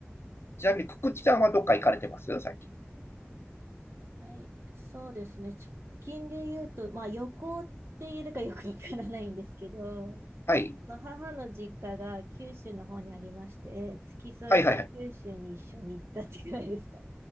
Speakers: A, on the left (about 60°); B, on the right (about 65°).
A: ちなみに、くくちさんはどっか行かれてます最近。
B: はい、そうですね。直近で言うと、まあ旅行って言えるかよくわからないんですけど、
A: はい。
B: まあ母の実家が九州の方にありまして、付き添いで九州に一緒に行ったってぐらいですかね。
A: はいはいはい。